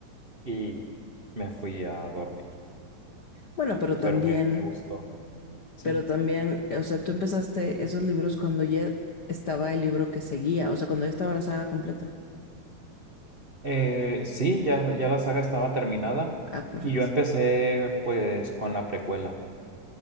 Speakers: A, on the right; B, on the left.
A: y me fui a dormir,
B: Bueno, pero también,
A: pero me, me gustó, sí.
B: pero también, o sea, tú empezaste esos libros cuando ya estaba el libro que seguía, o sea, cuando ya estaba la saga completa.
A: Eh, sí, ya, ya la saga estaba terminada
B: Ah, perfecto.
A: y yo empecé pues con la precuela,